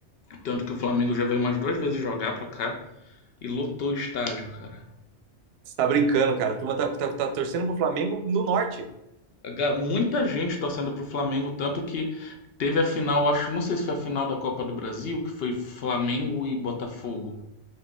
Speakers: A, on the left; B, on the right.
A: Tanto que o Flamengo já veio umas duas vezes jogar pra cá e lotou o estádio, cara.
B: Você tá brincando, cara. A turma tá, tá, tá torcendo pro Flamengo no norte.
A: Ga- Muita gente torcendo pro Flamengo, tanto que teve a final, acho, não sei se foi a final da Copa do Brasil, que foi Flamengo e Botafogo.